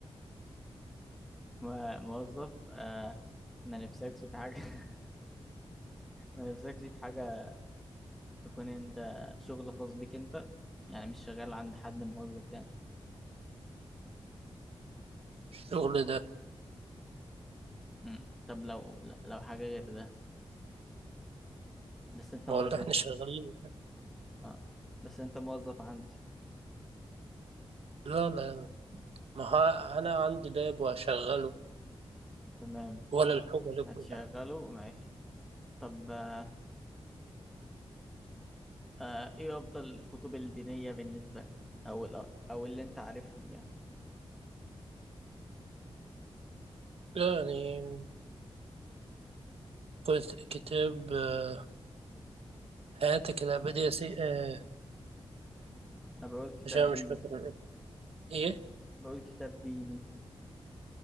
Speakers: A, in the centre; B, on the right.
A: م- موظف آه ما نفسكش في حاجة <laughs> ما نفسكش في حاجة تكون انت شغل خاص بيك انت يعني مش شغال عند حد موظف يعني
B: الشغل ده
A: مم. طب لو لو حاجة غير ده بس انت
B: ما
A: موظف
B: هو اللي احنا شغالين ده.
A: اه بس انت موظف عندي
B: لا لا ما ها- انا عندي لاب واشغله
A: تمام
B: ولا الحاجة لكم
A: هتشغله
B: يعني
A: ماشي طب آه، آه، ايه افضل الكتب الدينية بالنسبة لك او الأ- او اللي انت عارفهم يعني
B: يعني قلت كتاب آه، حياتك الأبدية سي... آه،
A: انا بقول كتاب
B: عشان
A: ديني
B: مش فاكر الاسم. إيه
A: بقول كتاب ديني